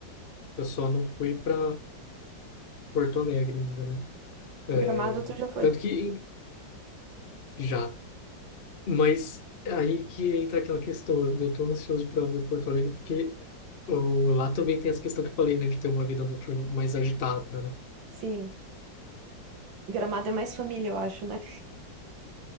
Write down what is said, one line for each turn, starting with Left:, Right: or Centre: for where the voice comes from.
Left: eu só não fui para Porto Alegre ainda, né? É,
Right: Gramado, tu já foi?
Left: tanto que em- já. Mas aí que entra aquela questão, eu tô ansioso para ver Porto Alegre, porque ô, lá também tem essa questão que eu falei, né, de ter uma vida noturna mais agitada, né?
Right: Sim. Gramado é mais família, eu acho, né?